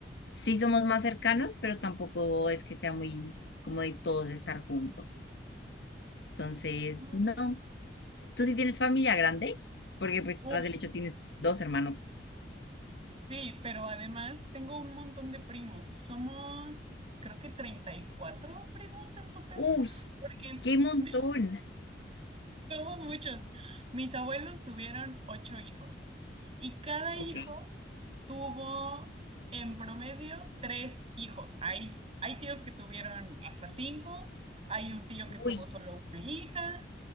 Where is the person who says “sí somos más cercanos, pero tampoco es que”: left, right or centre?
Left